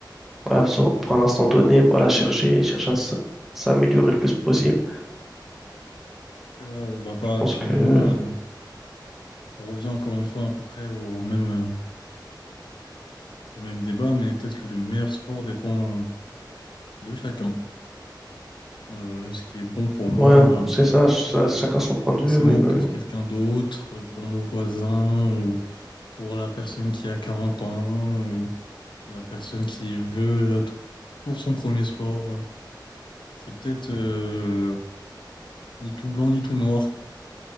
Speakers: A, in the centre; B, on the left.
A: voilà, se reprendre un instant donné. Voilà, chercher, chercher à s- s'améliorer le plus possible.
B: C'est vrai. ouais. Bah, bah,
A: Je pense
B: finalement,
A: que
B: euh, on revient encore une fois à peu près au même. euh, au même débat, mais peut-être que le meilleur sport dépend de chacun. Euh, ce qui est bon pour moi,
A: ouais, c'est ça, ça, chacun
B: euh,
A: son point
B: pas forcément
A: de vue. Oui, bah
B: pour
A: oui.
B: quelqu'un d'autre, euh, pour mon voisin, ou pour la personne qui a 40 ans, ou la personne qui veut euh, pour son premier sport. euh, C'est peut-être euh, ni tout blanc ni tout noir.